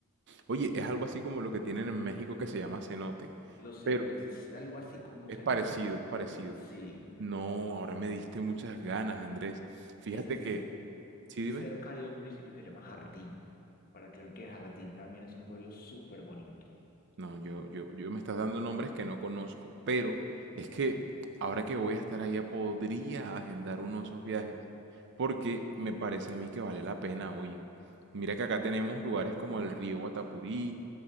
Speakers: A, on the right; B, on the left.
A: Oye, es algo así como lo que tienen en México que se llama cenote,
B: Los
A: pero
B: cenotes es algo así como un
A: es
B: cenote.
A: parecido, es parecido.
B: Sí.
A: No, ahora me diste muchas ganas, Andrés. Fíjate
B: ese es.
A: que, sí, dime.
B: cerca de un municipio que se llama Jardín, para que, que Jardín también es un pueblo súper bonito.
A: No, yo, yo, yo me estás dando nombres que no conozco, pero es que ahora que voy a estar allá podría agendar uno de esos viajes, porque me parece a mí que vale la pena, oye. Mira que acá tenemos lugares como el río Guatapurí,